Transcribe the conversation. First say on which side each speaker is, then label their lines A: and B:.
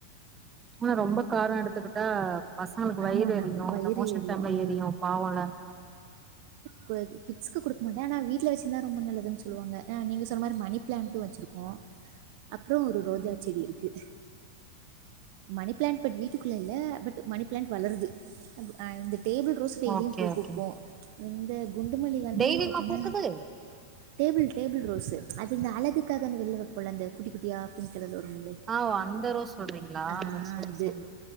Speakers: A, on the right (about 20°); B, on the right (about 45°).
A: ஆனா ரொம்ப காரொ எடுத்துக்கிட்டா பசங்களுக்கு
B: ஆமா
A: வயிறு
B: நம்
A: எரியு
B: வயிறு
A: அந்த மோஷன்
B: எரியும்
A: டைம்ல
B: ஆ
A: எரியு பாவொல
B: கூடாது கிட்ஸ்க்கு குடுக்க மாட்டே ஆனா வீட்ல வெச்சிருந்தா ரொம்ப நல்லதுன் சொல்லுவாங்க அ நீங்க சொன்ன மாரி மணி பிளான்ட்டு வச்சுருக்கோ அப்றொ ஒரு ரோஜா
A: ம்
B: செடி இருக்கு மணி பிளான்ட் பட் வீட்டுக்குள்ள இல்ல பட் மணி பிளான்ட் வளருது இந்த டேபில் ரோஸ் டெய்லியு
A: ஓகே
B: பூ பூக்கு
A: ஓகே
B: இந்த குண்டுமல்லி வந்து
A: டெய்லியுமா
B: பாத்தீங்னா
A: பூக்குது
B: டேபிள் டேபிள் ரோஸ்சு அது இந்த அழகுக்காக அந்த வெள்ல வெப் போல இந்த குட்டி குட்டியா பிங்க் கலர்ல வரும்லே
A: ஆ அந்த ரோஸ் சொல்றீங்களா
B: ஆ
A: சரி
B: அது
A: சரி